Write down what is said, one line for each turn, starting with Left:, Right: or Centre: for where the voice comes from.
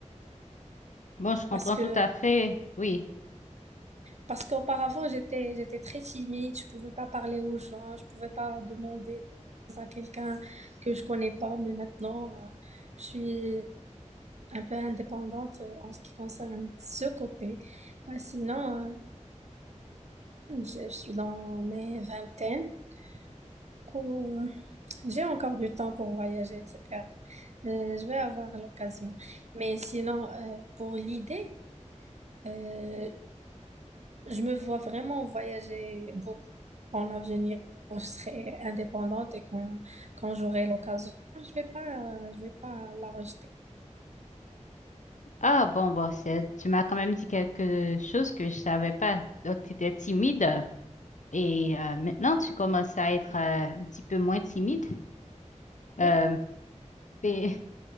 Left: Bon, je comprends
Right: Parce que,
Left: tout à fait. Oui.
Right: parce qu'auparavant, j'étais, j'étais très timide, je pouvais pas parler aux gens, je pouvais pas demander à quelqu'un que je connais pas, mais maintenant, euh, je suis un peu indépendante euh, en ce qui concerne ce côté. Bah, sinon, euh, je, je suis dans mes vingtaines, du coup, euh, j'ai encore du temps pour voyager, etc. Euh, je vais avoir l'occasion. Mais sinon, euh, pour l'idée, euh, je me vois vraiment voyager beaucoup en avenir. Quand je serai indépendante et quand, quand j'aurai l'occasion, je vais pas, euh, je vais pas la rejeter.
Left: Ah bon, bon, c'est, tu m'as quand même dit quelque chose que je savais pas. Donc, tu étais timide et euh, maintenant tu commences à être euh, un petit peu moins timide. Euh,
Right: Oui,
Left: et <laughs>